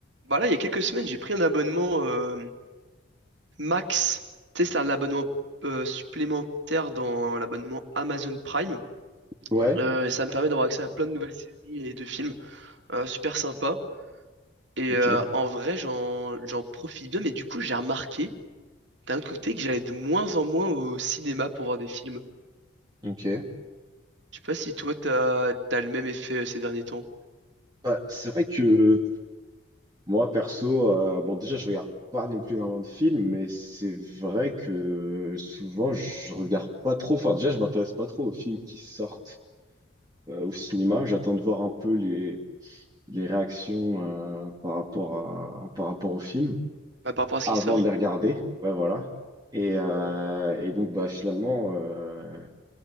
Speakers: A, on the right; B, on the right.
A: Bah là, il y a quelques semaines, j'ai pris un abonnement euh, Max. Tu sais, c'est un abonnement euh, supplémentaire dans l'abonnement Amazon Prime.
B: Ouais,
A: Euh, et ça me permet d'avoir accès à plein de nouvelles séries et de films. euh, super sympa. Et
B: ok,
A: euh, en vrai, j'en j'en profite bien. Mais du coup, j'ai remarqué d'un autre côté que j'allais de moins en moins au cinéma pour voir des films.
B: ok.
A: Je sais pas si toi, t'as t'as le même effet euh, ces derniers temps.
B: Bah, c'est vrai que moi, perso, euh, bon, déjà, je regarde pas non plus énormément de films, mais c'est vrai que souvent, je regarde pas trop. Enfin, déjà, je m'intéresse pas trop aux films qui sortent euh, au cinéma. J'attends de voir un peu les, les réactions euh, par rapport à, par rapport aux films
A: Ouais, par rapport à ce
B: avant
A: qui sort.
B: de les regarder. Ouais, voilà. Et, euh, et donc, bah, finalement, euh,